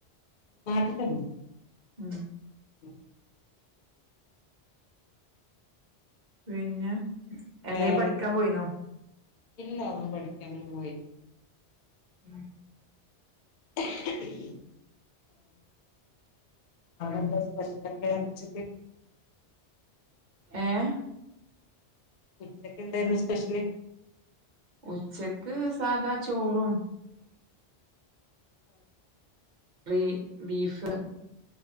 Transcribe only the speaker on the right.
ഉം
പിന്നെ എന്തങ്കിലും
പഠിക്കാൻ പോയിന്നോ?
ഉം
ഏഹ്
ഉച്ചക്ക് സാധാ ചോറും കറി ബീഫ്